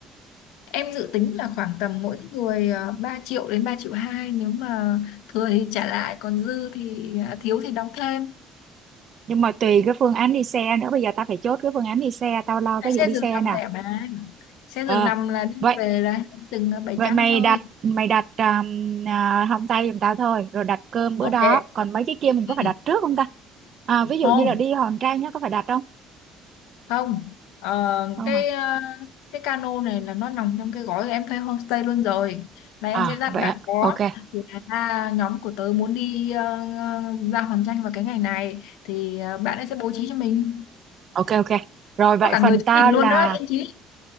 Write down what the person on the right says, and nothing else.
nhưng mà tùy cái phương án đi xe nữa bây giờ tao phải chốt cái phương án đi xe tao lo
cái
vụ đi
xe
nè
ờ
vậy
vậy
mày
đặt mày đặt um, à, hông tây giùm tao thôi rồi đặt cơm bữa
đó còn mấy cái kia mình
có phải đặt trước không ta à, ví dụ
như là đi Hòn Tre nhá có phải đặt không
không
hả
à
vậy
ạ.
ok
ok ok rồi vậy
phần
tao
là